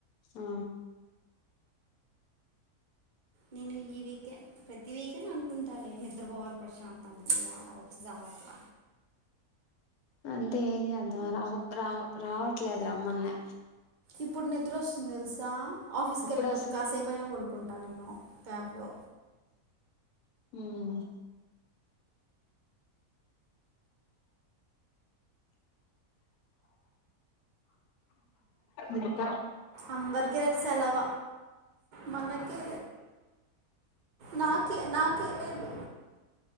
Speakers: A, on the left (about 75°); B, on the right (about 40°).
A: ఆ
B: నేను ఈ వీకే ప్రతి వీకే అనుకుంటా లె నిద్రపోవాలి ప్రశాంతంగా అని చ్చ జవన్న
A: అంటే ఏం కాదుర రా వ్ రా రావట్లేదు రమ్మనే
B: ఇప్పుడు నిద్ర వస్తుంది తెలుస్ కదా ఆఫీస్కి
A: ఇప్పుడు
B: వెళ్ళేటప్పుడు
A: వస్
B: కాసేపైనా కొడుకుంటాను నేను క్యాబ్లో
A: మ్ ఇంక
B: అందరికి రేప్ సెలవ మనకె నాకె నాకె లేదు